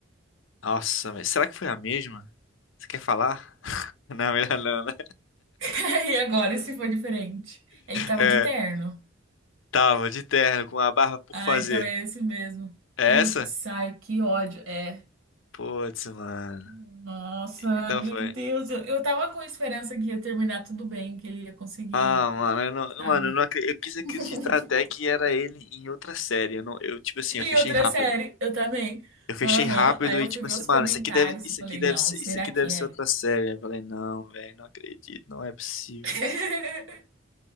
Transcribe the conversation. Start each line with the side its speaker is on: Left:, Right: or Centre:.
Left: Nossa, velho. Será que foi a mesma? Você quer falar? <laughs> Não, melhor não, né?
Right: <laughs> E agora, se for diferente? Ele tava
Left: É,
Right: de terno.
Left: tava de terno com a barba por
Right: Ah,
Left: fazer.
Right: então é esse mesmo.
Left: É
Right: Putz,
Left: essa?
Right: ai, que ódio. É.
Left: Putz, mano.
Right: Nossa,
Left: Então
Right: meu
Left: foi.
Right: Deus. Eu, eu tava com esperança que ia terminar tudo bem, que ele ia conseguir,
Left: Ah, mano, eu não,
Right: sabe?
Left: mano, eu não acre- eu quis acreditar
Right: <laughs>
Left: até que era ele em outra série. Eu não, eu tipo assim,
Right: Em
Left: eu fechei
Right: outra
Left: rápido.
Right: série, eu também.
Left: Eu fechei
Right: Aham.
Left: rápido
Right: Aí eu
Left: e tipo
Right: fui ver
Left: assim,
Right: os
Left: mano,
Right: comentários.
Left: isso aqui deve, isso
Right: Eu falei,
Left: aqui deve
Right: não,
Left: ser,
Right: será
Left: isso aqui
Right: que
Left: deve ser
Right: é?
Left: outra série. Aí Eu falei, não, velho, não acredito, não é possível.
Right: <laughs>